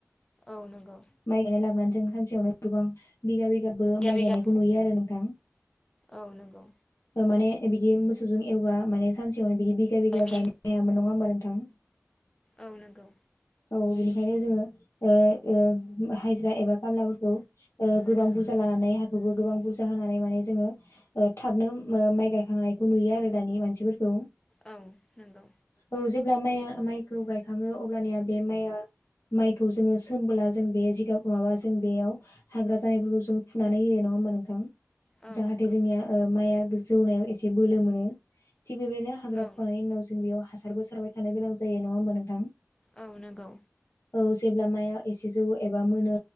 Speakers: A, on the left; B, on the left.
A: औ नोंगौ
B: माइ गायनाय लाबोनानै जों सानसेयावनो गोबां बिगा बिगाबो
A: बिगा
B: माइ
A: बिगा
B: गायनायखौ नुयो आरो नोंथां।
A: औ नोंगौ
B: ओ माने बिदि मोसौजों एवबा माने सानसेयावनो बिदि बिगा बिगा
A: बिदि
B: गायनाय <unintelligible> नङा होमबा नोंथां?
A: औ नोंगौ
B: औ बिनिखायनो जोङो ओ ओ हाजिरा एबा खामलाफोरखौ ओ गोबां बुरजा लानानै हाखौबो गोबां बुरजा होनानै माने जोङो ओ थाबनो मो माइ गायखांनायखौ नुयो आरो दानि मानसिफोरखौ।
A: औ नोंगौ
B: औ जेब्ला माइया माइखौ गायखाङो अब्लानिया बे माइआ माइखौ जोङो सोमबोला जों बे जिगाब माबा जों बेयाव हाग्रा जानायफोरखौ जों फुनानै होयो नङा होमबा नोंथां
A: औ
B: जाहाथे
A: नंगौ
B: जोंनिया ओ माइआ जौनायाव एसे बोलो मोनो थिग बेबायदिनो हाग्रा
A: औ
B: फुखानायनि उनाव जों बेयाव हासारबो सारबाय थानो गोनां जायो नङा होमबा नोंथां
A: औ नोंगौ
B: औ जेब्ला माया एसे जौ एबा मोनो